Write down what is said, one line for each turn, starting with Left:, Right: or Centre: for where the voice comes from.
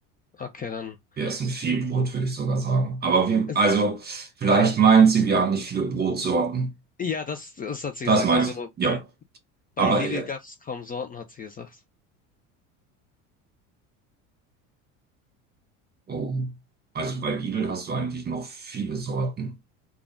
Left: Okay, dann.
Right: Wir essen viel Brot, würde ich sogar sagen. Aber wir,
Left: Es-
Right: also, vielleicht meint sie, wir haben nicht viele Brotsorten.
Left: Ja, das, das hat sie
Right: Das
Left: gesagt.
Right: meint
Left: Also
Right: sie, ja.
Left: bei
Right: Aber,
Left: Lidl
Right: äh,
Left: gab es kaum Sorten, hat sie gesagt.
Right: oh, also bei Lidl hast du eigentlich noch viele Sorten,